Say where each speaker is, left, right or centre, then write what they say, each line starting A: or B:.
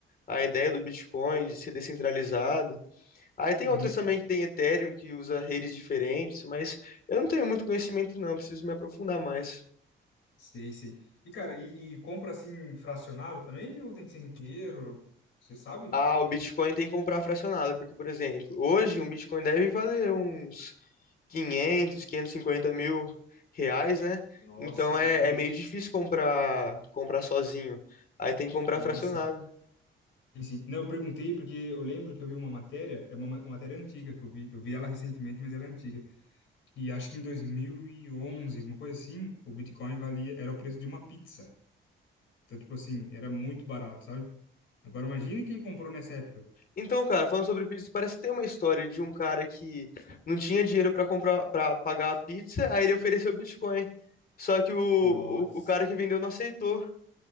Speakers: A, on the left; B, on the left.
A: a ideia do Bitcoin de ser descentralizado. Aí
B: Uhum,
A: tem outras também que tem Ethereum, que usa redes diferentes, mas eu não tenho muito conhecimento não, preciso me aprofundar mais.
B: sei, sei. E, cara, e, e compra, assim, fracionado também, ou tem que ser inteiro? Você sabe?
A: Ah, o Bitcoin tem que comprar fracionado, porque, por exemplo, hoje um Bitcoin deve valer uns quinhentos, quinhentos e cinquenta mil reais, né?
B: Nossa,
A: Então é,
B: cara, tudo
A: é
B: isso.
A: meio difícil comprar, comprar sozinho. Aí tem que comprar
B: Nossa.
A: fracionado.
B: Sim, sim. Não, eu perguntei porque eu lembro que eu vi uma matéria, é uma, ma- uma matéria antiga que eu vi. Eu vi ela recentemente, mas ela é antiga. E acho que em 2011 alguma coisa assim, o Bitcoin valia, era o preço de uma pizza. Então, tipo assim, era muito barato, sabe? Agora imagine quem comprou nessa época.
A: Então, cara, falando sobre pizza, parece que tem uma história de um cara que não tinha dinheiro pra comprar, para pagar a pizza, aí ele ofereceu Bitcoin. Só que o, o,
B: Nossa.
A: o cara que vendeu não aceitou.